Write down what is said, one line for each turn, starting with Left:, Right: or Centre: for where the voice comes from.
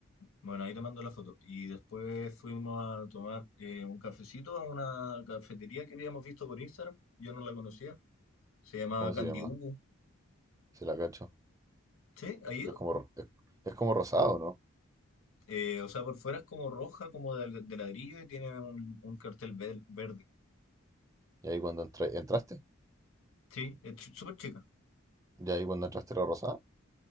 Left: Bueno, ahí te mando la foto. Y después fuimos a tomar eh, un cafecito a una cafetería que habíamos visto por Instagram. Yo no la conocía. Se llama
Right: ¿Cómo
Left: Candy
Right: se llama?
Left: Ubu.
Right: Se la cacho.
Left: ¿Sí? ¿Ha ido?
Right: Es como, es, es como rosado, ¿no?
Left: Eh, o sea, por fuera es como roja, como de, de ladrillo y tiene un, un cartel ver- verde.
Right: Y ahí cuando entré- entraste,
Left: Sí, es ch- súper chica.
Right: y ahí cuando entraste era rosada.